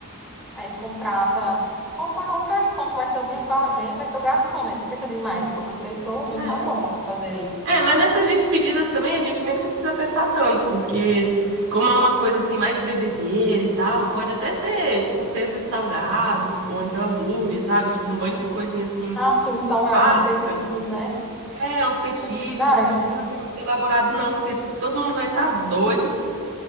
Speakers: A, in the centre; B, on the right.
A: aí contrata um, bar- um garçom, que vai ser o mesmo bar- bem, vai ser o garçom, né? Precisa de mais, poucas pessoas, não
B: É.
A: tá bom pra fazer isso.
B: É, mas nessas despedidas também a gente nem precisa pensar tanto, porque como é uma coisa assim mais de bebedeira e tal, pode até ser tipo cento de salgado, ou então hambúrguer, sabe? Tipo um bando de coisinha assim
A: Ah, sim, salgado,
B: básica.
A: uns petiscos, né?
B: É, é uns petiscos,
A: É verdade,
B: não precisa
A: é
B: ser muito elaborado, não, porque todo mundo vai estar doido,